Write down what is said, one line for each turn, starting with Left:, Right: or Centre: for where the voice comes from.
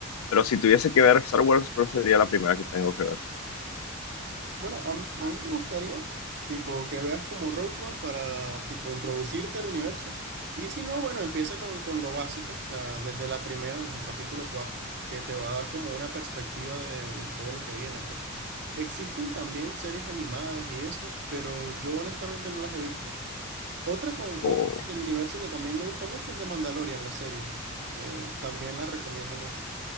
Left: Pero si tuviese que ver Star Wars, ¿cuál sería la primera que tengo que ver?
Right: Bueno, a mí, a mí me gustaría, tipo, que veas como Rogue One para, tipo, introducirte al universo. Y si no, bueno, empieza con, con lo básico, o sea, desde la primera, desde el capítulo 4 que te va a dar como una perspectiva de, de todo lo que viene, pues. Existen también series animadas y eso, pero yo honestamente no las he visto. Otra, con,
Left: o
Right: otra del universo que también me gusta mucho es de Mandalorian, la serie. Eh, también la recomiendo mucho.